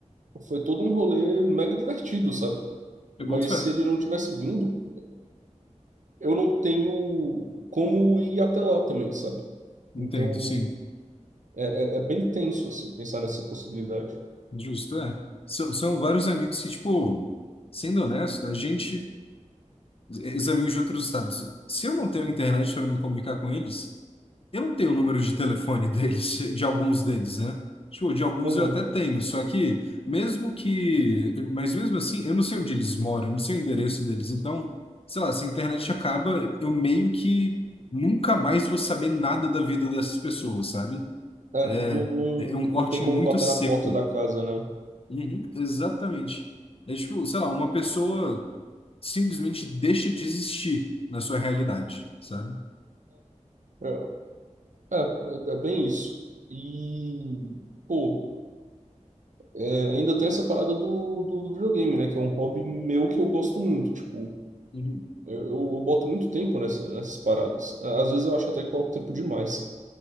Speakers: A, on the right; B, on the left.
A: foi todo um rolê mega divertido, sabe?
B: Eu
A: Mas
B: boto fé.
A: se ele não tivesse vindo, eu não tenho como ir até lá também, sabe?
B: Entendo,
A: Então,
B: sim.
A: é, é, é bem tenso, assim, pensar nessa possibilidade.
B: Justo, é. São, são vários amigos que, tipo, sendo honesto, a gente, os amigos de outros estados, se eu não tenho internet para me comunicar com eles, eu não tenho o número de telefone <laughs> deles, de alguns deles, né? Tipo, de alguns
A: Uhum.
B: eu até tenho, só que mesmo que, mas mesmo assim, eu não sei onde eles moram, eu não sei o endereço deles. Então, sei lá, se a internet acaba, eu meio que nunca mais vou saber nada da vida dessas pessoas, sabe?
A: É,
B: É,
A: não, não,
B: é um corte
A: não tem como
B: muito
A: bater
B: seco.
A: na porta da casa, né?
B: Uhum. Exatamente. É tipo, sei lá, uma pessoa simplesmente deixa de existir na sua realidade, sabe?
A: É. é, É, é, é bem isso. E, pô, é, ainda tem essa parada do, do, do videogame, né? Que é um hobby meu que eu gosto muito. Tipo,
B: Uhum.
A: eu, eu, eu boto muito tempo nessa, nessas paradas. À- Às vezes eu acho até que coloco tempo demais.